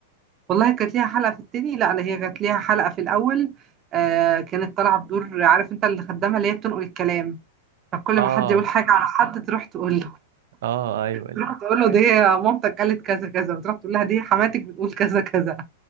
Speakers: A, on the right; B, on the right.
A: والله كانت ليها حلقة في التاني لا لا هي كانت ليها حلقة في الأول آه كانت طالعة بدور عارف انت اللي خدامها اللي هي بتنقل الكلام فكل
B: اه
A: ما حد يقول حاجة على حد تروح تقول له
B: اه ايوه
A: تروح تقول له دي مامتك قالت كذا كذا وتروح تقول لها دي حماتك بتقول كذا كذا